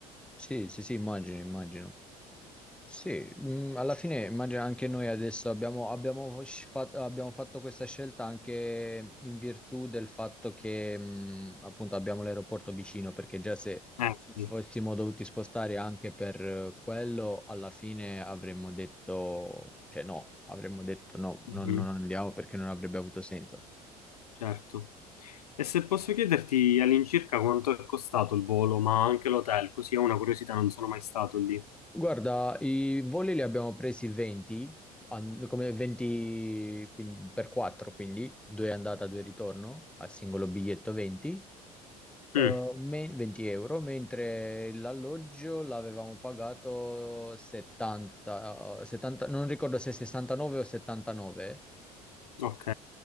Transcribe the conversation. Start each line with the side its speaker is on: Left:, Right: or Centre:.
Centre: Sì, sì, sì, immagino, immagino. Sì, mh, alla fine immagino anche noi adesso abbiamo, abbiamo sci- fat- abbiamo fatto questa scelta anche in virtù del fatto che mh, appunto abbiamo l'aeroporto vicino, perché già se
Left: Eh,
Centre: ci fossimo
Left: sì.
Centre: dovuti spostare anche per eh, quello, alla fine avremmo detto, cioè no, avremmo detto no,
Left: Mhm.
Centre: non, non andiamo perché non avrebbe avuto senso.
Left: certo. E se posso chiederti all'incirca quanto è costato il volo, ma anche l'hotel, così è una curiosità, non sono mai stato lì.
Centre: Guarda, i voli li abbiamo presi 20, an- come 20 quin- per 4, quindi due andata, due ritorno, a singolo biglietto 20, eh,
Left: Mm,
Centre: me- 20 euro, mentre l'alloggio l'avevamo pagato 70, 70, non ricordo se 69 o 79,
Left: Ok.